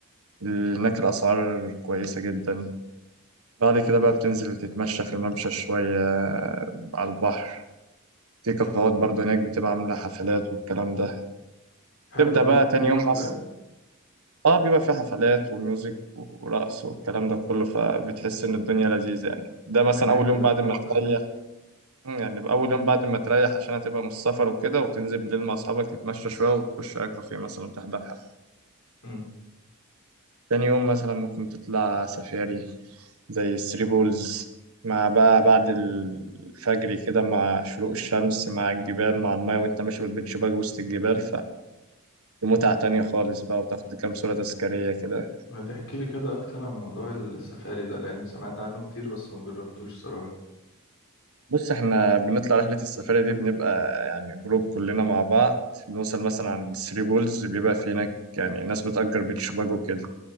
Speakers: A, on the right; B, on the left.
A: هناك الاسعار كويسه جدا بعد كده بقى بتنزل تتمشى في الممشى شوية آه، على البحر في كافيهات برضو هناك بتبقى عاملة حفلات والكلام ده
B: حلو
A: تبدأ
B: بيبقى
A: بقى تاني
B: في
A: يوم
B: حفلات
A: أصلا اه بيبقى في حفلات وميوزك ورقص والكلام ده كله فبتحس إن الدنيا لذيذة يعني ده مثلا
B: ده جامد
A: أول يوم
B: الحوار
A: بعد ما
B: ده
A: تريح مم، يعني أول يوم بعد ما تريح عشان هتبقى من السفر وكده وتنزل بالليل مع أصحابك تتمشى شوية وتخش على كافيه مثلا تحضر حفلة
B: امم
A: تاني يوم مثلا ممكن تطلع سفاري زي الثري بولز مع بقى بعد الفجر كده مع شروق الشمس مع الجبال مع المايه وانت ماشي بالبيتش باج وسط الجبال فمتعة تانية خالص بقى وتاخد كام صورة تذكارية كده
B: ما تحكي لي كده اكتر عن موضوع السفاري ده لان سمعت عنه كتير بس ما جربتوش صراحة
A: بص احنا بنطلع رحلة السفاري دي بنبقى يعني جروب كلنا مع بعض بنوصل مثلا عند الثري بولز بيبقى في هناك يعني ناس بتأجر بيتش باج وكده